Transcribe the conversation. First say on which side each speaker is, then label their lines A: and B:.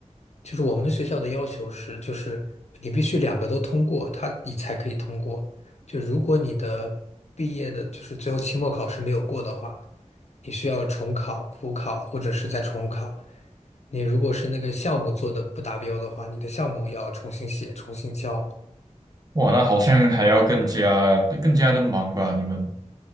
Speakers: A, on the left (about 60°); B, on the right (about 30°).
A: 就是我们学校的要求是，就是你必须两个都通过，他你才可以通过。就如果你的毕业的，就是最后期末考试没有过的话，你需要重考、补考或者是再重考。你如果是那个项目做的不达标的话，你的项目要重新写、重新交。
B: 哇，那好像还要更加更加的忙吧？你们